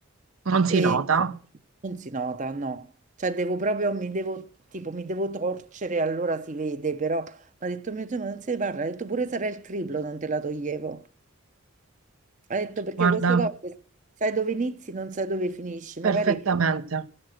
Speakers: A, on the right; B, on the right.
A: non si nota.
B: e non si nota, no. Cioè devo proprio, mi devo, tipo, mi devo torcere, allora si vede, però mi ha detto mio Dio, ma non se ne parla, ha detto pure sarà il triplo, non te la toglievo. Ha detto perché
A: Guarda,
B: queste cose sai dove inizi, non sai dove finisci.
A: perfettamente.
B: Magari